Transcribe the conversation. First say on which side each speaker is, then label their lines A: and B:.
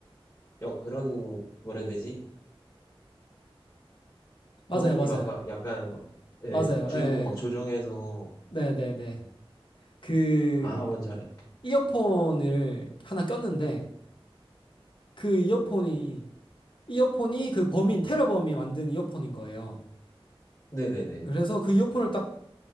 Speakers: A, on the left; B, on the left.
A: 여, 그런, 뭐라 해야 되지?
B: 맞아요.
A: 범인이
B: 맞아요.
A: 막 가- 약간,
B: 맞아요.
A: 예, 주인공
B: 예. 예.
A: 막 조종해서,
B: 네, 네, 네. 그
A: 아, 뭔지 알아요.
B: 이어폰을 하나 꼈는데 그 이어폰이 이어폰이 그 범인 테러범이 만든 이어폰인 거예요.
A: 네네네.
B: 그래서 그 이어폰을 딱